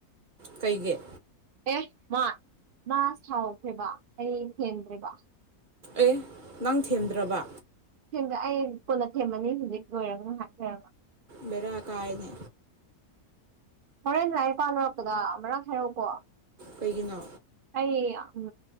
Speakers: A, on the right (about 35°); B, on the right (about 70°).
A: ꯀꯩꯒꯤ
B: ꯑꯦ ꯃꯥ ꯃꯥ ꯁꯥꯎꯈ꯭ꯔꯦꯕ ꯑꯩ ꯊꯦꯝꯗ꯭ꯔꯦꯕ
A: ꯑꯦ ꯅꯪ ꯊꯦꯝꯗ꯭ꯔꯕꯥ
B: <unintelligible> ꯑꯩ ꯀꯣꯟꯅ ꯊꯦꯝꯃꯅꯤ ꯍꯧꯖꯤꯛ ꯂꯣꯏꯔꯒ ꯉꯥꯏꯍꯥꯛ ꯂꯩꯔꯒ
A: ꯚꯦꯔꯥ ꯀꯥꯏꯅꯦ
B: ꯍꯧꯔꯦꯟ ꯂꯥꯏꯔꯤꯛ ꯄꯥꯂꯣꯢꯔꯛꯄꯗ ꯃꯔꯜ ꯍꯥꯏꯔꯛꯎꯀꯣ
A: ꯀꯩꯒꯤꯅꯣ
B: ꯑꯩ ꯎꯝ